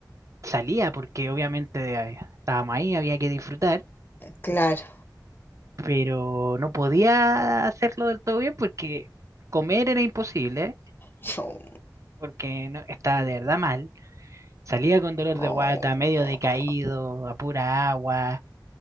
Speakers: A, on the right; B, on the left.
A: salía porque obviamente eh, estábamos ahí, había que disfrutar,
B: Claro.
A: pero no podía hacerlo del todo bien porque comer era imposible
B: Yo-
A: porque no, estaba de verdad mal. Salía con dolor
B: oh,
A: de guata, medio decaído, a pura agua.